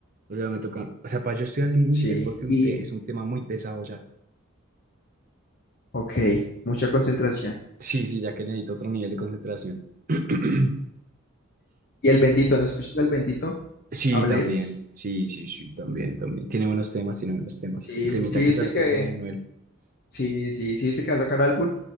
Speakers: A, on the right (about 40°); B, on the left (about 50°).
A: O sea, me toca, o sea, para yo estudiar sin música
B: Sí.
A: es porque un
B: Y,
A: te- es un tema muy pesado ya.
B: ok, mucha concentración.
A: Sí, sí, ya que necesito otro nivel de concentración. <clears throat>
B: ¿Y el bendito? ¿No escuchas el bendito?
A: Sí,
B: ¿Hables?
A: también. Sí, sí, sí, también, también. Tiene buenos temas, tiene buenos temas.
B: Sí,
A: El temita
B: sí,
A: que
B: viste
A: sacó
B: que,
A: con Anuel.
B: sí, sí, sí, viste que va a sacar álbum.